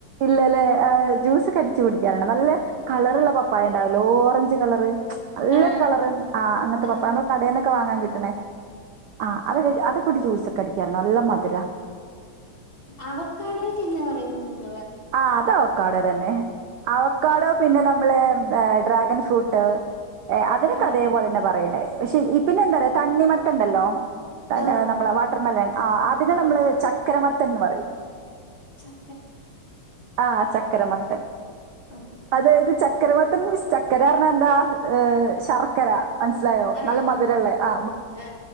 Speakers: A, on the right (about 80°); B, on the left (about 30°).
A: ഇല്ലല്ലേ? ആ ജ്യൂ അടിച്ചു കുടിക്കാറാണ്. നല്ല കളറുള്ള പപ്പായ ഉണ്ടാവില്ലേ? ഓറഞ്ച് കളറ് നല്ലൊരു
B: ആ
A: കളറ് ആ അങ്ങനത്തെ
B: ആ
A: പപ്പായ നമ്മള് കടേന്നൊക്കെ വാങ്ങാൻ കിട്ടണേ? ആ അത അതൊക്കെൂടി ജ്യൂസ ഒക്കെ അടിക്കാറുണ്ട്. നല്ല മധുരാ
B: അവക്കാടയ്ക്ക് എന്നാ പറയുന്നത് നിങ്ങ
A: ആ അത് അവക്കാടോ തന്നെ അവക്കാടോ പിന്നെ നമ്മള് ഹ് ഡ്രാഗൻ ഫ്രൂട്ട് അതിനൊക്കെ
B: ആ
A: അതേപോലെ തന്നെ പറയണേ. ക്ഷേ പിന്നെ എന്താപറയാ തണ്ണിമത്തനുണ്ടല്ലോ?
B: ആ
A: നമ്മളെ വാട്ടർമെലോൺ ആ അതിനന്
B: ആ
A: നമ്മള് ചക്കരമത്തന്ന് പറയും.
B: ച-
A: ആ ചക്കര മത്ത
B: ആ
A: അതായത് ചക്കര മത്തന് ചക്കരാന്ന് പറഞ്ഞാൽ എന്താ? ശർക്കര മനസ്സിലായോ
B: ആ
A: നല്ല മധുരമുള്ളേ. ആ
B: ആ